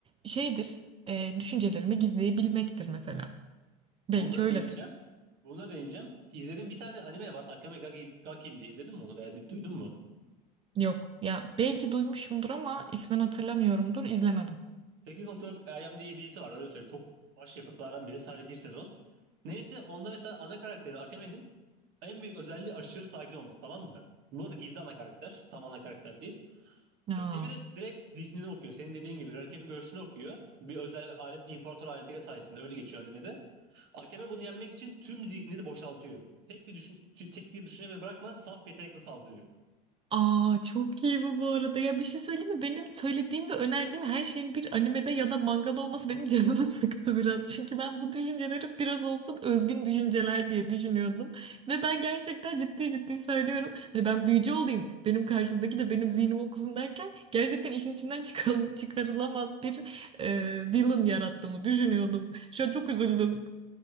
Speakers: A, on the right; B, on the right.
A: şeydir e, düşüncelerimi gizleyebilmektir mesela. Belki
B: Bunu da
A: öyledir.
B: değineceğim. Bunu da değineceğim. İzlediğim bir tane anime var. Akame ga Kill diye. izledin mi onu veya du- duydun mu?
A: Yok ya belki duymuşumdur ama ismen hatırlamıyorumdur izlemedim.
B: 8.4 IMDb'si var öyle söyleyeyim. Çok başyapıtlardan biri. Sadece bir sezon. Neyse onda mesela ana karakteri Akame'nin en büyük özelliği aşırı sakin olması tamam mı? Bu arada gizli ana karakter. Tam ana karakter değil.
A: Ya.
B: Rakibi de direkt zihnini okuyor. Senin dediğin gibi rakibin görüşünü okuyor. Bir özel alet, imparator aleti sayesinde öyle geçiyor animede. Akame bunu yenmek için tüm zihnini boşaltıyor. Tek bir düşün, tü- tek bir düşünce bile bırakmadan saf yetenekle saldırıyor.
A: Aa çok iyi bu bu arada. Ya bir şey söyleyeyim mi? Benim söylediğim ve önerdiğim her şeyin bir animede ya da mangada olması benim canımı <laughs> sıktı biraz. Çünkü ben bu düşünceleri biraz olsun özgün düşünceler diye düşünüyordum. Ve ben gerçekten ciddi ciddi söylüyorum. Hani ben büyücü olayım. Benim karşımdaki de benim zihnimi okusun derken gerçekten işin içinden çıkal- çıkarılamaz bir e, villain yarattığımı düşünüyordum. Şu an çok üzüldüm.